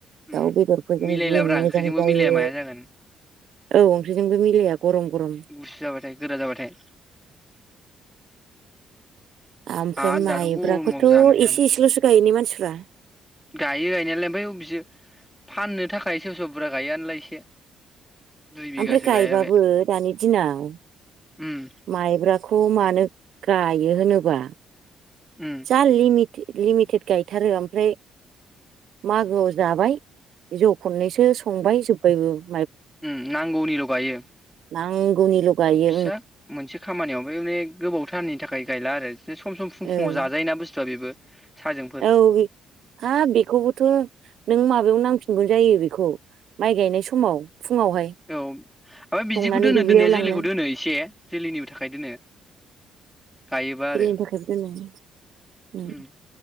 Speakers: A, in the centre; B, on the right.
A: उम
B: दाउ बेदरफोरजों
A: मिलायलाब्रा
B: जि मोजां
A: ओंख्रिजोंबो
B: जायो,
A: मिलाया माया जागोन
B: औ ओंख्रिजोंबो मिलाया गरम गरम ।
A: गुसु जाबाथाय गोरा जाबाथाय
B: आमफ्राय
A: आरो
B: माइब्राखोथ'
A: दाथ' गरमाव जानो हायानो
B: एसे एसेल'सो गायने मानसि फ्रा
A: गायो गायनायालाय ओमबाय अबिजो फाननो थाखाय सोर सोरब बुरा गायोआनोलाय एसे। दुइ बिगासो
B: ओमफ्राय गायबाबो
A: गायबाय
B: दानि दिनाव
A: उम
B: माइब्राख खौ मानो गायो होनोबा
A: उम
B: जा लिमिते लिमिटेड गायथारो आमफ्राय मागोआव जाबाय जौ खननैसो संबाय जोब बयबोब
A: ओम नांगौनिल' गायो
B: नांगौनिल' गायो
A: फिसा मोनसे खामानियाव बे माने गोबावथारनि थाखाय गायला आरो बि सम
B: ओं
A: फुं फुङाव जाजायोना बुस्थुआ बेबो। साहाजोंफोर
B: औ बे हाब बेखौबोथ' नों माबायाव नांफि खुंगुन जायो बेखौ माइ गायनाय समाव। फुङावहाय
A: औ आफाय बिदिखौ
B: संनानै
A: दोनो
B: दुब्लियाव
A: दोननाया
B: लांनो
A: जोलैखौ दोनो इसे। जोलैनिबो थाखाय दोनो। गायोबा
B: खेलनि
A: आरो
B: थाखाय बो दोनो
A: उम